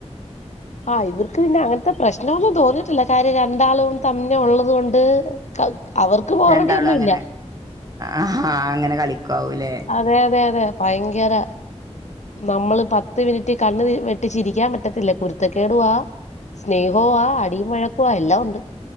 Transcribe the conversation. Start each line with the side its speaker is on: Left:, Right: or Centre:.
Left: ആഹ് ഇവർക്ക് പിന്നെ അങ്ങനത്തെ പ്രശ്നമൊന്നും തോന്നിയിട്ടില്ല കാര്യം രണ്ടാളും തന്നെ ഉള്ളത് കൊണ്ട് അവർക്ക് പോറടിന്നുല്ല
Right: രണ്ടാളും അങ്ങനെ ആഹാ അങ്ങനെ കളിക്കാവൂലേ
Left: അതെ അതെ അതെ ഭയങ്കര നമ്മള് പത്ത് മിനിറ്റ് കണ്ണ് വെട്ടിച്ച ഇരിക്കാൻ പറ്റത്തില്ല കു കുരുത്തക്കേടുവാ സ്നേഹവ ആ അടിയും വഴക്കുവാ എല്ലാം ഉണ്ട്